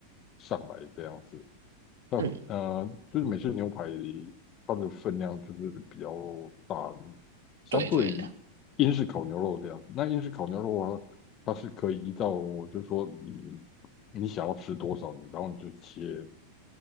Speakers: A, on the left; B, on the right.
A: 上来这样子。那呃，
B: 嗯，
A: 就是美式牛排它的分量就是比较大，相对于英式烤牛肉这样。
B: 对对的，
A: 那英式烤牛肉啊，它是可以依照就是说你你想要吃多少，然后你就切